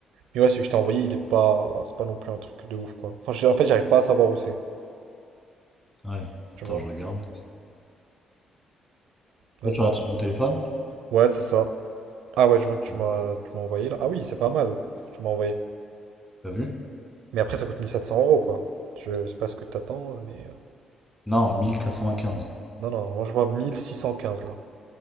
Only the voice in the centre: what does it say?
Ouais,
attends,
je regarde.
Toi, tu regardes sur ton téléphone?
Non.
T'as vu?
Non, 1095.